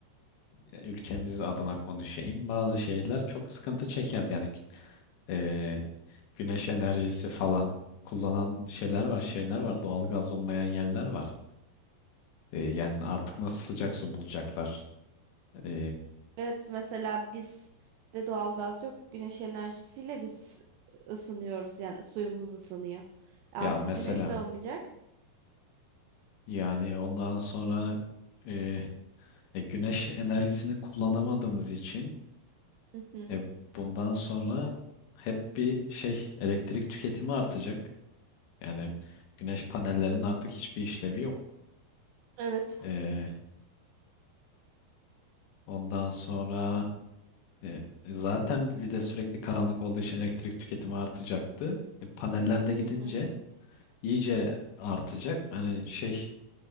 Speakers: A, on the left (about 80°); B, on the right (about 85°).
A: ya ülkemiz adına konuşayım. Bazı şehirler çok sıkıntı çekerdi. Yani e, güneş enerjisi falan kullanan şeyler var, şeyler var. Doğalgaz olmayan yerler var. E, yani artık nasıl sıcak su bulacaklar? E,
B: Evet mesela biz de doğalgaz yok. Güneş enerjisiyle biz ısınıyoruz yani suyumuz ısınıyor. E,
A: ya
B: Artık
A: mesela
B: güneş de olmayacak.
A: yani ondan sonra e, E, güneş enerjisini kullanamadığımız için
B: Hı hı.
A: e, bundan sonra hep bir şey elektrik tüketimi artacak. Yani güneş panellerinin artık hiçbir işlevi yok.
B: Evet.
A: E, ondan sonra e, zaten bir de sürekli karanlık olduğu için elektrik tüketimi artacaktı. E, paneller de gidince
B: Hı hı.
A: iyice artacak. Hani şey